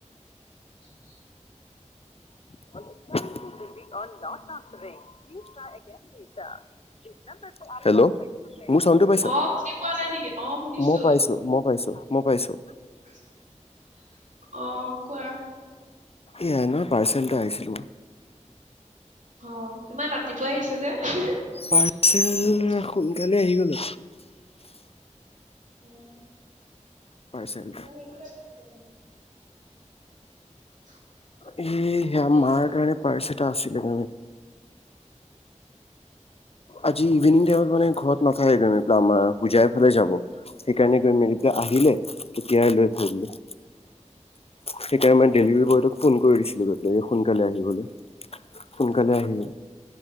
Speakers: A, on the right; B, on the left.
A: <inaudible>
B: <unintelligible> <unintelligible> হেল্লো', মোৰ চাউণ্ড টো পাইছা
A: অ শুনি পোৱা নাই নেকি অ শুনিছো
B: মই পাইছো -মই পাইছো -মই পাইছো।
A: <unintelligible> অহ, কোৱা?
B: এয়াই ন', পাৰ্চেলটো আহিছিল
A: অহ, ইমান ৰাতিপুৱাই আহিছে
B: পাৰ্চেল
A: যে?
B: <unintelligible> আহি গলো।
A: উম-উম
B: পাৰ্চেল।
A: তই হেইজুৰে পিন্ধি যাবি। <inaudible>
B: এই সেয়া
A: মাষ্টাৰ্ছ
B: মাৰ কাৰণে পাৰ্চ এটা আছিলে আজি ইভিনিং টাইমত মানে ঘৰত নাথাকে কাৰণে আমাৰ হোজাই ফালে যাব। সেইকাৰণে গৈ মেলি পেলাই আহিলে এতিয়াই লৈ থৈ দিলোঁ। সেইকাৰণে মই ডেলিভাৰী বয়টোক ফোন কৰি দিছিলো গৈ। <unintelligible> সোনকালে আহিবলে সোনকালে আহি